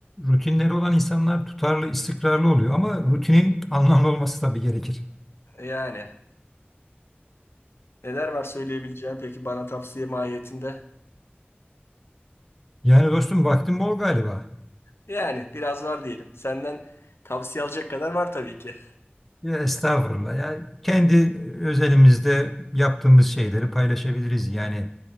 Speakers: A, in the centre; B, on the left.
A: rutinleri olan insanlar tutarlı, istikrarlı oluyor ama rutinin anlamlı olması tabii gerekir.
B: E, Yani neler var söyleyebileceğim peki bana tavsiye mahiyetinde?
A: Yani dostum vaktin bol galiba.
B: Yani biraz var diyelim. Senden tavsiye alacak kadar var tabii ki.
A: Ya estağfurullah. Ya kendi özelimizde yaptığımız şeyleri paylaşabiliriz. Yani